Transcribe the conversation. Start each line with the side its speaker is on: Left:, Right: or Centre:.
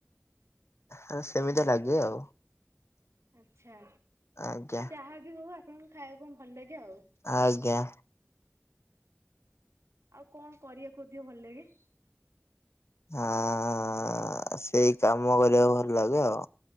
Left: ହଁ ସେମିତିଆ ଲାଗେ ଆଉ।
Right: ଆଚ୍ଛା
Left: ଆଜ୍ଞା
Right: ଯାହା ବି ହଉ ଆପଣଙ୍କୁ ଖାଇବାକୁ ଭଲ ଲାଗେ ଆଉ।
Left: ଆଜ୍ଞା।
Right: ଆଉ କଣ କରିବାକୁ ଅଧିକ ଭଲ ଲାଗେ?
Left: ଆଆଆଆ ସେଇ କାମ କରିବାକୁ ଭଲ ଲାଗେ ଆଉ।